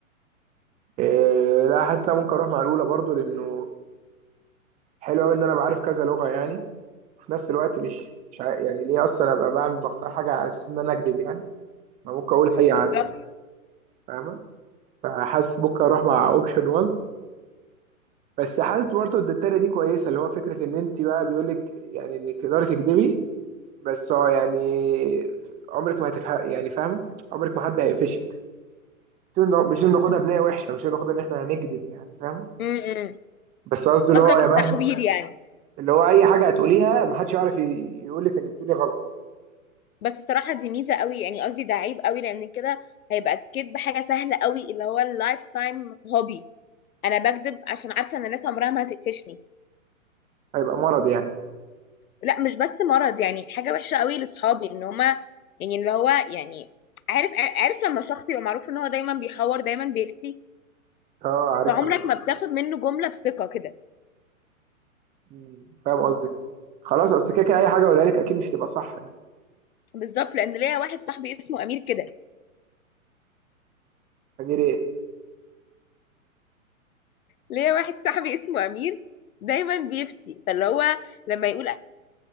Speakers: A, on the right (about 15°); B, on the left (about 80°).
A: إيه لا حاسس أنا ممكن اروح مع الاولى برضو لانه حلو قوي ان انا بعرف كذا لغه يعني وفي نفس الوقت مش مش عا- يعني ليه اصلا ابقى بعمل بختار حاجه على اساس ان انا اكذب يعني ما ممكن اقول حقيقه
B: بالظبط
A: عادي فاهمه فحاسس ممكن اروح مع اوبشن 1 بس حاسس برضو ان التانية دي كويسه اللي هو فكره ان انت بقى بيقول لك يعني انك تقدري تكذبي بس هو يعني عمرك ما هتفهم يعني فاهمه عمرك ما حد هيقفشك مش إنه- مش إنه ناخدها بنية وحشه مش إنه ناخدها ان احنا هنكذب يعني فاهم
B: امم
A: بس قصدي اللي
B: قصدك
A: هو يا
B: التحوير
A: مهما
B: يعني
A: اللي هو اي حاجه هتقوليها محدش يعرف ي- يقولك انك بتقولي غلط
B: بس الصراحه دي ميزه قوي يعني قصدي ده عيب قوي لان كده هيبقى الكذب حاجه سهله قوي اللي هو اللايف تايم هوبي انا بكذب عشان عارفه ان الناس عمرها ما هتقفشني
A: هيبقى مرض يعني
B: لا مش بس مرض يعني حاجه وحشه قوي لاصحابي ان هما يعني اللي هو يعني عارف عارف لما شخص يبقى معروف ان هو دايما بيحور دايما بيفتي
A: اه عارفها
B: فعمرك
A: من-
B: ما بتاخد منه جمله بثقه كده
A: مم. فاهم قصدك خلاص اصل كده كده اي حاجه اقولها لك اكيد مش تبقى صح يعني
B: بالظبط لان ليا واحد صاحبي اسمه امير كده
A: غير ايه
B: ليا واحد صاحبي اسمه امير دايما بيفتي فاللي هو لما يقول